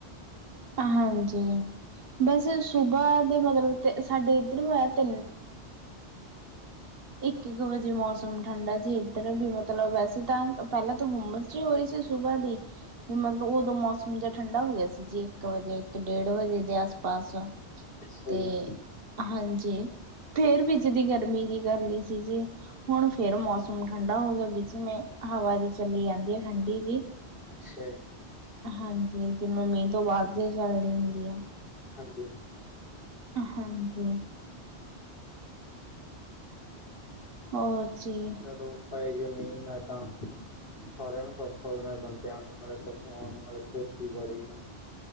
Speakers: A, on the right (about 60°); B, on the left (about 55°).
A: ਹਾਂਜੀ, ਬਸ ਸੁਬਹ ਦੇ ਮਤਲਬ ਤੇ, ਸਾਡੇ ਇੱਧਰੋਂ ਆਇਆ, ਤ ਇੱਕ ਇੱਕ ਵਜੇ ਮੌਸਮ ਠੰਡਾ, ਜੇ ਇੱਧਰ ਵੀ ਮਤਲਬ ਵੈਸੇ ਤਾਂ ਪਹਿਲਾਂ, ਤਾਂ ਹੁੰਮਸ ਜੋ ਹੋਏ, ਸੋ ਸੁਬਹ ਦੇ ਮੈਨੂੰ
B: ਅੱਛਾ
A: ਉਦੋਂ ਮੌਸਮ, ਜਿਹਾ ਠੰਡਾ ਹੋ ਗਿਆ ਸੀ। ਜੀ ਇੱਕ ਵਜੇ, ਇੱਕ ਡੇਢ ਵਜੇ ਦੇ ਆਸ ਪਾਸ।
B: ਅੱਛਾ
A: ਤੇ
B: ਜੀ
A: ਹਾਂਜੀ, ਫੇਰ ਵੀ ਜਿਦੀ ਗਰਮੀ, ਜੀ ਗਰਮੀ, ਸੀ ਜੀ। ਹੁਣ
B: ਅੱਛਾ
A: ਫੇਰ, ਮੌਸਮ
B: ਜੀ।
A: ਠੰਡਾ ਹੋ ਗਿਆ, ਵਿੱਚ ਵੇ ਹਵਾ ਵੀ ਚੱਲੀ ਆਂਦੀ ਆਂ ਠੰਡੀ ਵੀ
B: ਅੱਛਾ। ਜੀ
A: ਹਾਂਜੀ, ਜਿਵੇਂ ਮੀਂਹ ਤੋਂ ਬਾਅਦ, ਵੀ ਚੱਲਦੀ ਹੁੰਦੀ ਆ।
B: ਹਾਂਜੀ।
A: ਹਾਂਜੀ। ਹੋਰ ਜੀ
B: ਚਲੋ, ਪੈ ਜਾਏ, ਮੀਂਹ ਤਾਂ ਸਾਰਿਆਂ ਨੂੰ ਸੌਖਾ ਹੋ ਨਾਲੇ ਬੰਦਿਆਂ ਨੂੰ ਨਾਲੇ ਪਸੂਆਂ ਨੂੰ ਨਾਲੇ ਖੇਤੀਬਾੜੀ ਨੂੰ